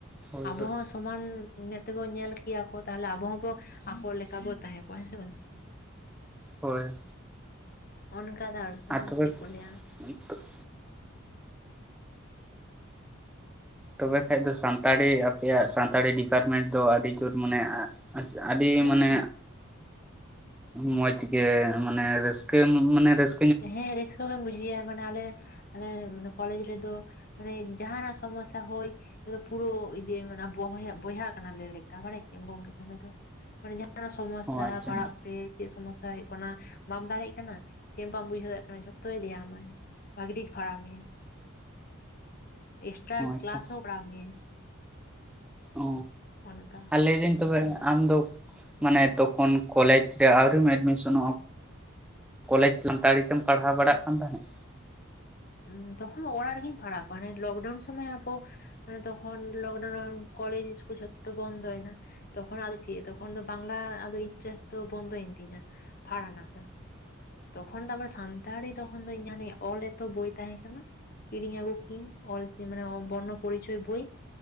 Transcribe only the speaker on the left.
ᱟᱵᱚ
ᱦᱚᱸ ᱥᱚᱢᱟᱱ ᱢᱮᱫ ᱛᱮᱠᱚ ᱧᱮᱞ ᱠᱮᱭᱟ ᱠᱚ ᱛᱟᱦᱚᱞᱮ ᱟᱵᱚ ᱦᱚᱸᱵᱚ ᱟᱠᱚ ᱞᱮᱠᱟᱵᱚ ᱛᱟᱦᱮᱸ ᱠᱚᱜᱣᱟ ᱦᱮᱸᱥᱮ ᱵᱟᱝ?
ᱚᱱᱠᱟ ᱛᱟᱨᱯᱚᱨᱮ
ᱪᱮᱫ ᱠᱚ ᱞᱟᱹᱭᱟ
ᱦᱮᱸ
ᱦᱮᱸ ᱨᱟᱹᱥᱠᱟᱹ ᱜᱮᱢ ᱵᱩᱡᱷᱟᱹᱭᱟ ᱢᱟᱱᱮ ᱟᱞᱮ ᱟᱞᱮ ᱠᱚᱞᱮᱡᱽ ᱨᱮᱫᱚ ᱢᱟᱱᱮ ᱡᱟᱦᱟᱱᱟᱜ ᱥᱚᱢᱚᱥᱟ ᱦᱚᱭ ᱟ ᱯᱩᱨᱟᱹ ᱡᱮ ᱵᱚᱭᱟ ᱵᱚᱭᱦᱟ ᱠᱟᱭᱱᱟ ᱞᱮ ᱞᱮᱠᱟ ᱵᱟᱲᱟᱭ ᱠᱮᱟᱢ ᱵᱤᱱ ᱞᱮᱠᱟ ᱫᱚ ᱢᱟᱱᱮ ᱥᱚᱢᱚᱥᱟ
ᱯᱟᱲᱦᱟᱜ ᱯᱮ ᱪᱮᱫ ᱥᱚᱢᱚᱥᱟ ᱦᱩᱭᱩᱜ ᱠᱟᱱᱟ ᱵᱟᱢ ᱫᱟᱲᱮᱜ ᱠᱟᱱᱟ ᱪᱮᱫ ᱵᱟᱢ ᱵᱩᱡᱷᱟᱹᱮ ᱫᱟᱲᱮᱭᱟᱜ ᱠᱟᱱᱟ ᱡᱷᱚᱛᱚᱭ ᱞᱟᱹᱭᱟᱢᱟᱭ ᱵᱷᱟᱹᱜᱮ ᱴᱷᱤᱠ ᱯᱷᱟᱲᱦᱟ ᱢᱮ ᱮᱠᱥᱴᱨᱟ
ᱠᱞᱟᱥ ᱦᱚᱸ ᱠᱚᱨᱟᱳ ᱢᱮ᱾
ᱚᱱᱠᱟ
ᱦᱚᱸ ᱛᱚᱠᱷᱚᱱ ᱚᱲᱟᱜ ᱨᱮᱜᱤᱧ ᱯᱟᱲᱦᱟᱜ ᱠᱚᱜ-ᱟ ᱢᱟᱱᱮ ᱞᱚᱠᱰᱟᱣᱩᱱ ᱥᱚᱢᱚᱭ ᱟᱫᱚ ᱢᱟᱱᱮ ᱛᱚᱠᱷᱚᱱ ᱞᱚᱠᱰᱟᱣᱩᱱ ᱠᱚᱞᱮᱡᱽ ᱤᱥᱠᱩᱞ ᱡᱚᱛᱚ ᱵᱚᱱᱫ ᱮᱱᱟ ᱛᱚᱠᱷᱚᱱ ᱟᱫᱚ ᱪᱮᱫ ᱛᱚᱠᱷᱚᱱ ᱫᱚ ᱵᱟᱝᱞᱟ ᱟᱫᱚ ᱤᱱᱴᱟᱨᱮᱥᱴ ᱫᱚ ᱵᱚᱱᱫᱚᱭᱮᱱ ᱛᱤᱧᱟᱹ ᱯᱷᱟᱲᱦᱟᱜ ᱨᱮᱱᱟᱜ ᱫᱚ᱾ ᱛᱚᱠᱷᱚᱱ ᱫᱚ ᱟᱵᱚ ᱥᱟᱱᱛᱟᱲᱤ ᱛᱚᱠᱷᱚᱱ ᱫᱚ ᱤᱧᱟᱜ ᱱᱤᱭᱮ ᱚᱞ ᱮᱛᱚ ᱵᱳᱭ ᱛᱟᱦᱮᱸ ᱠᱟᱱᱟ᱾ ᱠᱤᱨᱤᱧ ᱟᱜᱩ ᱠᱤᱧ ᱚᱞ ᱛᱤᱧ ᱢᱟᱱᱮ ᱵᱚᱨᱱᱚ ᱯᱚᱨᱤᱪᱚᱭ ᱵᱳᱭ᱾